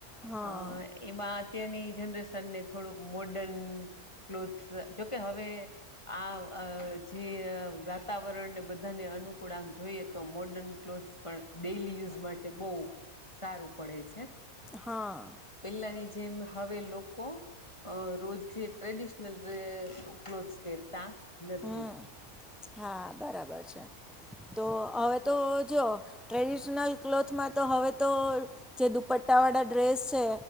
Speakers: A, in the centre; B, on the left.
A: હા
B: અ એમાં અત્યારની જનરેશનને થોડુંક મોર્ડન ક્લોથ જોકે હવે આ જે વાતાવરણને બધાને અનુકૂળ આમ જોઈએ તો મોડર્ન ક્લોથ્સ પણ પણ ડેઈલી યુઝ માટે બહુ સારું પડે છે.
A: હા.
B: ત્યાની જેમ હવે લોકો અ રોજ ટ્રેડિશનલ ક્લોથસ પહેરતા નથી.
A: હમ હા બરાબર છે. તો હવે તો જો ટ્રેડિશનલ ક્લોથમાં તો હવે તો જે દુપટ્ટા વાળા ડ્રેસ છે